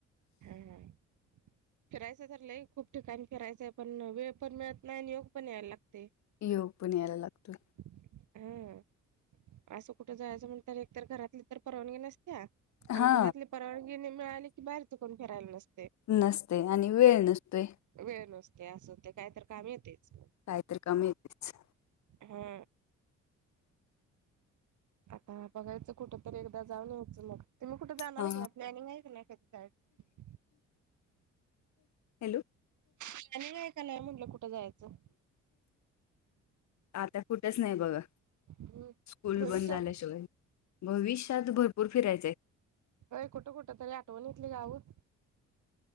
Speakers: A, on the right; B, on the left.
A: हम् हम फिरायचं तर ल खूप ठिकाणी फिरायचं आहे पण वेळ पण मिळत नाही आणि योग पण यायला लागते.
B: इ पुण्या्याला लागतो.
A: हा असं कुठं जायचं म्हणत एकतर घरातली तर परवानगी नसत्या आणि
B: हा
A: घरातली परवानगी न मिळाली की बाहेर त कोण फिरायला नस
B: नसते आणि वेळ नसतेो.
A: वेळ नसते असं होते काय तर काम येतेच.
B: काहीतरी काम येतेच
A: हा आता बघायचं कुठं. तर एकदा जाऊन यायचं मग तुम्ही कुठे जाणार
B: हा
A: का नाही प्लॅनिंग आहे का नाही कधी जायचं.
B: हॅलो
A: प्लॅनिंग आहे का नाही म्हटलं कुठं जायचं.
B: आता कुठच नाही बघा.
A: हम्
B: स्कूल
A: भविष्यात
B: बंद झाल्याशिवाय भविष्यात भरपूर फिरायचंय.
A: अय कुठं कुठं तरी आठवणेतली गाऊत.